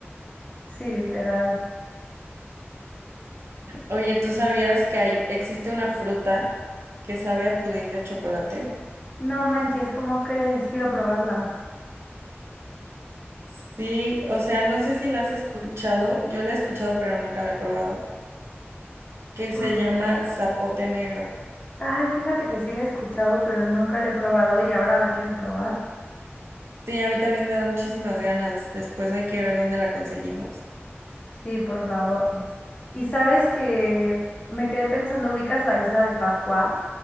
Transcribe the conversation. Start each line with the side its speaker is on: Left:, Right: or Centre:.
Left: Sí, literal.
Right: Oye, ¿tú sabías que hay, existe una fruta que sabe a pudín de chocolate?
Left: No manches, ¿cómo crees? Quiero probarla.
Right: Sí, o sea, no sé si la has escuchado, yo la he escuchado, pero nunca la he probado, que se
Left: Mm,
Right: llama zapote negro.
Left: Ay, fíjate que sí la he escuchado, pero nunca la he probado y ahora la quiero probar.
Right: Sí, a mí también me dan muchísimas ganas. Después hay que ver dónde la conseguimos.
Left: Sí, por
Right: Sí,
Left: favor.
Right: por-
Left: Y sabes que me quedé pensando, ¿ubicas la isla de Pascua?